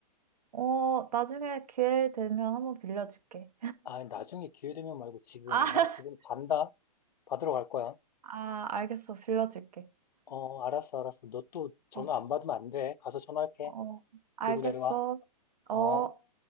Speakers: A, on the right; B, on the left.
A: 어, 나중에 기회 되면 한번 빌려줄게.
B: 아, 나중에 기회 되면 말고 지금.
A: 아, <laughs>
B: 나 지금 간다. 받으러 갈 거야.
A: 아, 알겠어. 빌려줄게.
B: 어, 알았어, 알았어. 너 또 전화
A: 어,
B: 안 받으면 안 돼. 가서 전화할게.
A: 어, 알겠어.
B: 들고 내려와.
A: 어.
B: 어?